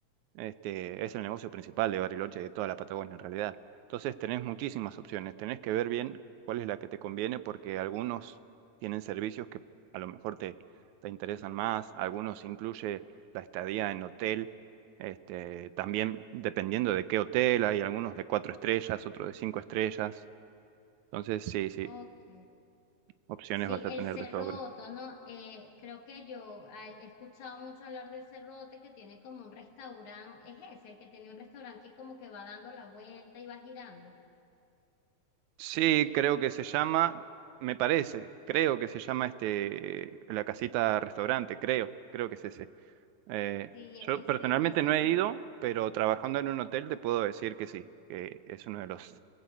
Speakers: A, on the right; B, on the left.
A: este, es el negocio principal de Bariloche, de toda la Patagonia en realidad. Entonces tenés muchísimas opciones, tenés que ver bien cuál es la que te conviene, porque algunos tienen servicios que a lo mejor te, te interesan más, algunos incluye la estadía en hotel, este, también dependiendo de qué hotel, hay algunos de cuatro estrellas, otros de cinco estrellas. Entonces, sí, sí.
B: Ok.
A: Opciones
B: Sí,
A: vas a
B: el
A: tener
B: Cerroto,
A: de sobra.
B: ¿no? Eh, creo que yo ah, he escuchado mucho hablar del Cerrote que tiene como un restaurante, es ese, el que tiene un restaurante que como que va dando la vuelta y va girando.
A: Sí, creo que se llama, me parece, creo que se llama este, la casita restaurante, creo, creo que es ese. Eh,
B: Sí,
A: yo
B: ese,
A: personalmente
B: ese
A: no
B: es,
A: he ido, pero trabajando en un hotel te puedo decir que sí, que es uno de los,